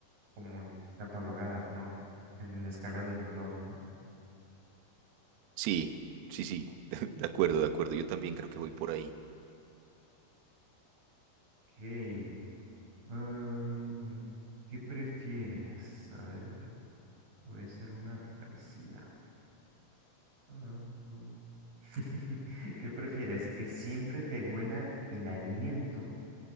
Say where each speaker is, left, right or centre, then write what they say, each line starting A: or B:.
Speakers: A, on the right; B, on the right.
A: como en- catalogadas, ¿no? En la escala del dolor, ¿no?
B: Sí, sí, sí. <laughs> De acuerdo, de acuerdo. Yo también creo que voy por ahí.
A: Sí, Am, ¿qué prefieres? A ver, voy a hacer una parecida. Am, <laughs> ¿qué prefieres? ¿Que siempre te huela el aliento